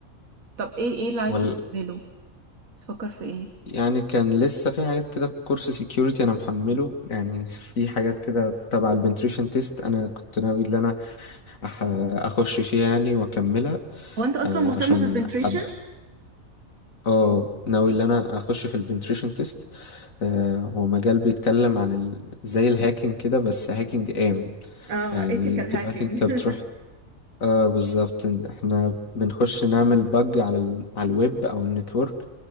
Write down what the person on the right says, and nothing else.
طب ايه ايه اللي عايز
تعمله بتفكر في ايه
هو انت اصلا
مهتمه
بالبنتريشن
اه
ethical
hacking
<laughs>